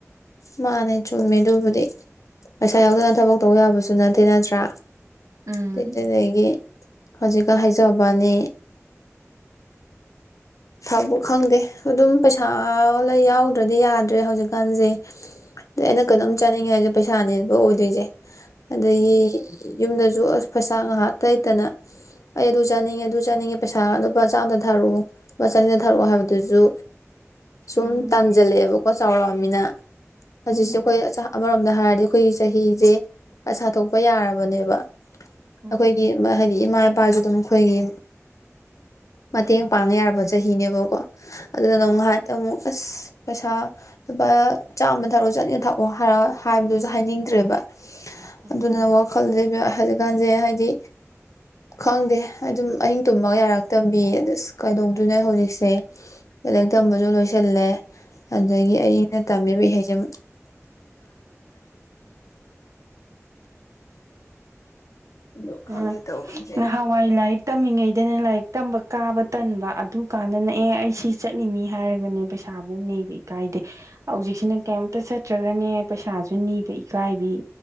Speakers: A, on the left; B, on the right.
A: ꯃꯥꯅꯦ ꯆꯨꯝꯃꯦ ꯑꯗꯨꯕꯨꯗꯤ ꯄꯩꯁꯥ ꯌꯥꯎꯗꯅ ꯊꯕꯛ ꯇꯧꯕ ꯌꯥꯕꯁꯨ ꯅꯠꯇꯦ ꯅꯠꯇ꯭ꯔꯥ
B: ꯎꯝ
A: ꯁꯤꯗ ꯂꯩꯒꯦ ꯍꯧꯖꯤꯛꯀ ꯍꯥꯏꯖꯕꯅꯤ ꯊꯕꯛ ꯈꯪꯗꯦ ꯑꯗꯨꯝ ꯄꯩꯁꯥ ꯂꯩ ꯌꯥꯎꯗ꯭ꯔꯗꯤ ꯌꯥꯗ꯭ꯔꯦ ꯍꯧꯖꯤꯛꯀꯥꯟꯁꯦ ꯑꯩꯅ
B: ꯎꯝ
A: ꯀꯩꯅꯣꯝ ꯆꯥꯅꯤꯡꯉ ꯍꯥꯏꯁꯦ ꯄꯩꯁꯥꯅꯦꯕ ꯑꯣꯏꯗꯣꯏꯁꯦ ꯑꯗꯒꯤ
B: ꯎꯝ
A: ꯌꯨꯝꯗꯁꯨ ꯑꯁ ꯄꯩꯁꯥ ꯉꯥꯏꯍꯥꯛ ꯂꯩꯇꯅ ꯑꯩ ꯑꯗꯨ ꯆꯠꯅꯤꯡꯉꯦ ꯑꯗꯨ ꯆꯥꯅꯤꯡꯉꯦ ꯄꯩꯁꯥ ꯉꯥꯏꯍꯥꯛ ꯂꯨꯄꯥ ꯆꯥꯝꯗ ꯊꯥꯔꯛꯑꯣ ꯃꯆꯟꯗ ꯊꯥꯔꯛꯑꯣ ꯍꯥꯏꯕꯗꯨꯁꯨ ꯁꯨꯝ
B: ꯎꯝ
A: ꯇꯥꯟꯖꯂꯦꯕ ꯀꯣ ꯆꯥꯎꯔꯛꯑꯃꯤꯅ ꯍꯧꯖꯤꯁꯨꯈꯣꯏ
B: ꯎꯝ
A: ꯑꯃꯔꯣꯝꯗ ꯍꯥꯏꯔꯗꯤ ꯑꯩꯈꯣꯏꯒꯤ ꯆꯍꯤꯁꯦ ꯑꯁ ꯁꯥ ꯊꯣꯛꯣꯛꯄ ꯌꯥꯔꯕꯅꯦꯕ
B: ꯎꯝ
A: ꯑꯩꯈꯣꯏꯒꯤ ꯍꯥꯏꯗꯤ ꯏꯃꯥ ꯏ ꯅꯨꯄꯥꯁꯤꯗ ꯃꯈꯣꯏꯒꯤ ꯃꯇꯦꯡ ꯄꯥꯡꯉ ꯌꯥꯔꯕꯁꯦ ꯆꯍꯤꯅꯦꯕꯀꯣ ꯑꯗꯨꯗ ꯅ
B: ꯑꯥ
A: ꯅ ꯍꯥꯏ ꯇ ꯑꯁ ꯄꯩꯁꯥ ꯂꯨꯄꯥ ꯆꯥꯝꯃꯅ ꯊꯥꯛꯑꯣ ꯆꯠꯅꯤꯅ ꯊꯥꯛꯑꯣ ꯍꯥꯏꯔ ꯍꯥꯏꯕꯗꯨꯁꯨ ꯍꯥꯏꯅꯤꯡꯗ꯭ꯔꯦꯕ
B: ꯎꯝ
A: ꯑꯗꯨꯅ ꯋꯥꯈꯜꯁ ꯍꯧꯖꯤꯛꯀꯥꯟꯁꯦ ꯍꯥꯏꯗꯤ ꯈꯪꯗꯦ ꯑꯗꯨꯝ ꯑꯍꯤꯡ ꯇꯨꯝꯃꯒ ꯌꯥꯔꯛꯇꯕꯤ ꯑꯁ ꯀꯩꯗꯧ ꯗꯨꯅꫭ ꯍꯧꯖꯤꯛꯁꯦ ꯂꯥꯏꯔꯤꯛ ꯇꯝꯕꯁꯨ ꯂꯣꯏꯁꯤꯜꯂꯦ ꯑꯗꯒꯤ ꯑꯩꯅ ꯇꯝꯃꯤꯕ ꯏꯍꯩꯁꯦ ꯑꯗꯨ
B: ꯎꯝ
A: ꯈꯪꯗꯦ ꯇꯧꯔꯤꯁꯦ
B: ꯅꯍꯥꯟꯋꯥꯏ ꯂꯥꯏꯔꯤꯛ ꯇꯝꯃꯤꯉꯩꯗꯅꯦ ꯂꯥꯏꯔꯤꯛ ꯇꯝꯕ ꯀꯥꯕ ꯇꯟꯕ ꯑꯗꯨ ꯀꯥꯟꯗꯅꯦ ꯑꯦ ꯑꯩ ꯁꯤ ꯆꯠꯅꯤꯡꯃꯤ ꯍꯥꯏꯔꯒꯅꯦ ꯄꯩꯁꯥꯐꯧ ꯅꯤꯕ ꯏꯀꯥꯏꯗꯦ ꯍꯧꯖꯤꯛꯁꯤꯅ ꯀꯩꯝꯇ ꯅꯠꯇ꯭ꯔꯒꯅꯦ ꯄꯩꯁꯥꯁꯨ ꯅꯤꯕ ꯏꯀꯥꯏꯕꯤ